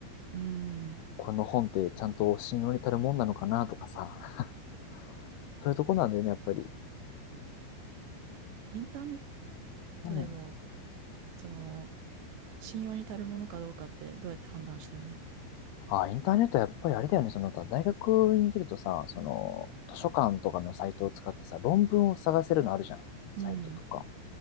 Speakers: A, on the right (about 65°); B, on the left (about 65°).
A: うん。
B: この本ってちゃんと信用に足るもんなのかなとかさ、<laughs> そういうとこなんだよね、やっぱり。
A: インターネッ
B: うん。
A: トでも、その、信用に足るものかどうかってどうやって判断してるの
B: あ、インターネットはやっぱりあれだよね、その他、大学にいるとさ、その、図書館とかのサイトを使ってさ、論文を探せるのあるじゃん。
A: うん。
B: サイトとか。